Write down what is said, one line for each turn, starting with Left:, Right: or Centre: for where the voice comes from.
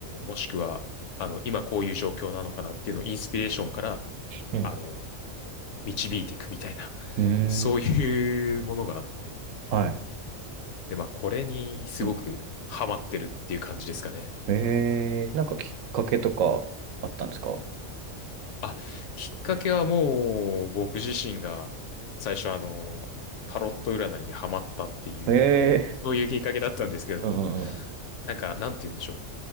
Left: もしくは、あの、今こういう状況なのかなっていうのをインスピレーションから、
Right: うん、
Left: あの、導いていくみたいな、<laughs>
Right: うー
Left: そういうものがあって。
Right: ん、はい。
Left: で、まあ、これにすごくハマってるっていう感じですかね。
Right: うん。えー、なんかきっかけとかあったんですか
Left: あ、きっかけはもう僕自身が最初あの、タロット占いにハマったっていう、
Right: え
Left: そういうきっかけだったんですけども、
Right: ー、うん、うん、うん、
Left: なんか、なんて言うんでしょう。